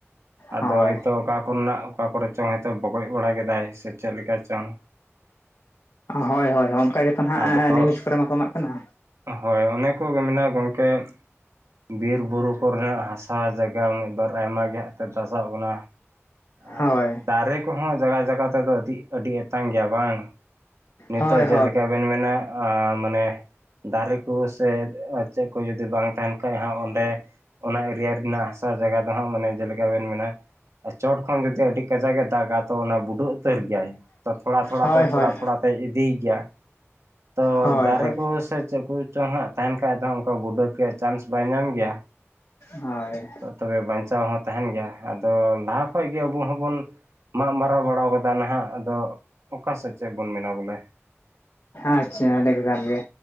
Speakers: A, on the right; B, on the left.
A: ᱟᱫᱚ
B: ᱦᱳᱭ
A: ᱦᱚᱭᱛᱳ ᱚᱠᱟ ᱠᱚᱨᱮᱱᱟᱜ ᱚᱠᱟ ᱠᱚᱨᱮ ᱪᱚᱝ ᱦᱚᱭᱛᱚ ᱵᱚᱜᱚᱡ ᱵᱟᱲᱟ ᱠᱮᱫᱟᱭ ᱥᱮ ᱪᱮᱫ ᱞᱮᱠᱟ ᱪᱚᱝ᱾
B: ᱦᱳᱭ ᱦᱳᱭ ᱚᱱᱠᱟ ᱜᱮᱛᱚ ᱱᱟᱦᱟᱜ
A: ᱟᱫᱚ
B: ᱱᱤᱭᱩᱡᱽ ᱠᱚᱨᱮ ᱢᱟᱠᱚ ᱮᱢᱟᱜ ᱠᱟᱱᱟ᱾
A: ᱦᱳᱭ ᱚᱱᱮ ᱠᱚᱜᱮ ᱢᱮᱱᱟᱜ-ᱟ ᱜᱚᱢᱠᱮ ᱾ ᱵᱤᱨ ᱵᱩᱨᱩ ᱠᱚᱨᱮᱱᱟᱜ ᱦᱟᱥᱟ ᱡᱟᱭᱜᱟ ᱢᱤᱫᱵᱟᱨ ᱟᱭᱢᱟ ᱜᱮ ᱦᱟᱸᱜ ᱛᱚ ᱫᱷᱟᱥᱟᱣ ᱠᱟᱱᱟ᱾ ᱟᱨ
B: ᱦᱳᱭ
A: ᱫᱟᱨᱮ ᱠᱚᱦᱚᱸ ᱡᱟᱭᱜᱟ ᱡᱟᱭᱜᱟ ᱛᱮᱫᱚ ᱟᱹᱰᱤ ᱟᱹᱰᱤ ᱮᱛᱟᱝ ᱜᱮᱭᱟ ᱵᱟᱝ᱾ ᱱᱤᱛᱚᱜ
B: ᱦᱳᱭ ᱦᱳᱭ
A: ᱡᱮᱞᱮᱠᱟ ᱵᱮᱱ ᱢᱮᱱᱟ ᱟᱸ ᱢᱟᱱᱮ, ᱫᱟᱨᱮ ᱠᱚ ᱥᱮ ᱪᱮᱫ ᱠᱚ ᱡᱩᱫᱤ ᱵᱟᱝ ᱛᱟᱦᱮᱱ ᱠᱷᱟᱡ ᱦᱟᱸᱜ ᱚᱸᱰᱮ ᱚᱱᱟ ᱮᱨᱤᱭᱟ ᱨᱮᱱᱟᱜ ᱦᱟᱸᱥᱟ᱾ <unintelligible> ᱡᱟᱜᱟ ᱫᱚ ᱦᱟᱸᱜ ᱢᱟᱱᱮ ᱡᱮᱞᱮᱠᱟ ᱵᱮᱱ ᱢᱮᱱᱟ ᱪᱚᱴ ᱠᱷᱚᱱ ᱡᱩᱫᱤ ᱟᱹᱰᱤ ᱠᱟᱡᱟ ᱜᱮ ᱫᱟᱜᱟ᱾ ᱛᱚ ᱚᱱᱟ ᱵᱩᱰᱟᱹᱜ ᱩᱛᱟᱹᱨ ᱜᱮᱭᱟᱭ ᱛᱷᱚᱲᱟ ᱛᱷᱚᱲᱟ
B: ᱦᱳᱭ
A: ᱛᱮ
B: ᱦᱳᱭ
A: ᱛᱷᱚᱲᱟ ᱛᱷᱚᱲᱟ ᱛᱮᱭ ᱤᱫᱤᱭ ᱜᱮᱭᱟ᱾ ᱛᱚ
B: ᱦᱳᱭ
A: ᱫᱟᱨᱮ
B: ᱦᱳᱭ
A: ᱠᱚ ᱥᱮ ᱪᱮᱫ ᱠᱚ ᱪᱚᱝ ᱦᱟᱸᱜ ᱛᱟᱦᱮᱱ ᱠᱷᱟᱡ ᱫᱚ ᱚᱝᱠᱟ ᱵᱩᱰᱟᱹᱯ ᱨᱮᱭᱟᱜ ᱪᱟᱱᱥ ᱵᱟᱭ ᱧᱟᱢ ᱜᱮᱭᱟ᱾
B: ᱦᱳᱭ᱾
A: ᱛᱚᱵᱮ ᱵᱟᱧᱪᱟᱣ ᱦᱚᱸ ᱛᱟᱦᱮᱱ ᱜᱮᱭᱟ ᱟᱫᱚ ᱞᱟᱦᱟ ᱠᱷᱚᱡ ᱜᱮ ᱟᱵᱚ ᱦᱚᱸᱵᱚᱱ, ᱢᱟᱜ-ᱢᱟᱨᱟᱣ ᱵᱟᱲᱟ ᱠᱟᱫᱟ ᱱᱟᱦᱟᱜ ᱟᱫᱚ ᱚᱠᱟ ᱥᱮᱫ ᱪᱮᱫ ᱵᱚᱱ ᱢᱮᱱᱟ ᱵᱚᱞᱮ᱾
B: ᱟᱪᱷᱟ ᱟᱹᱰᱤ ᱮᱠᱟᱞ ᱜᱮ᱾